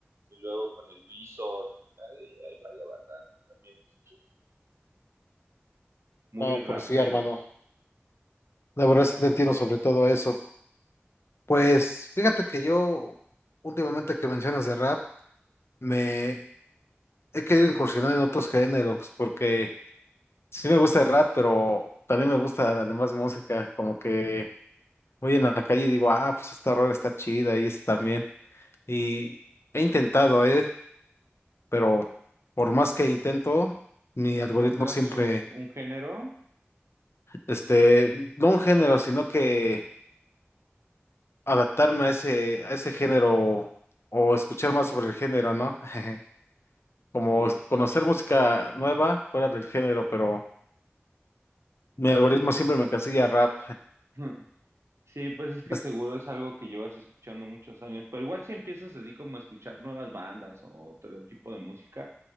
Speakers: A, on the right; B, on the left.
A: y luego con el Visor. Hay, hay varias bandas, ¿no? También este, muy
B: No,
A: raperos.
B: pues sí, hermano. La verdad sí te entiendo sobre todo eso. Pues fíjate que yo, últimamente que mencionas de rap, me he querido incursionar en otros géneros, porque sí me gusta el rap, pero también me gusta la demás música. Como que voy en la calle y digo, ah, pues esta rola está chida y esta también. Y he intentado, eh, pero por más que intento, mi
A: ¿Encuentras
B: algoritmo siempre.
A: un, un género?
B: este, no un género, sino que adaptarme a ese, a ese género o escuchar más sobre el género, ¿no? <laughs> Como
A: Sí.
B: es- conocer música nueva fuera del género, pero mi algoritmo siempre me cancilla rap.
A: <laughs> Sí, pues
B: <laughs>
A: es que
B: ¿Es
A: seguro es algo que llevas escuchando muchos años, pero igual si empiezas así como a escuchar nuevas bandas o otro tipo de música,